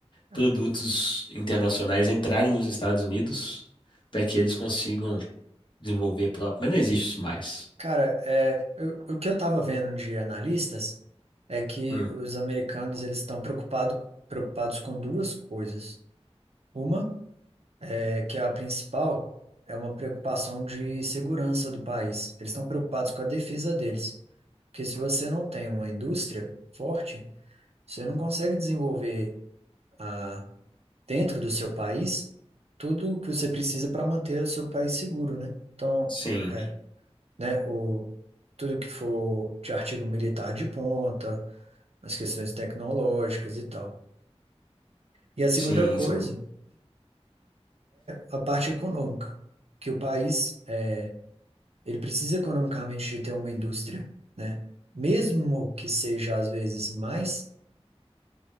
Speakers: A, on the right; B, on the left.
A: é.
B: produtos internacionais entrarem nos Estados Unidos para que eles consigam desenvolver próprio. Mas não existe isso mais.
A: Cara, é, eu- o que eu tava vendo de analistas é que
B: Hum,
A: os americanos eles estão preocupado, preocupados com duas coisas. Uma é que a principal é uma preocupação de segurança do país. Eles estão preocupados com a defesa deles. Porque se você não tem uma indústria forte, você não consegue desenvolver a- dentro do seu país tudo que você precisa para manter o seu país seguro, né? Então,
B: Sim,
A: é, né, o, tudo que for de artigo militar de ponta, as questões tecnológicas e tal. E a segunda
B: sim,
A: coisa,
B: são.
A: a parte econômica, que o país, é, ele precisa economicamente de ter uma indústria, né? Mesmo que seja, às vezes, mais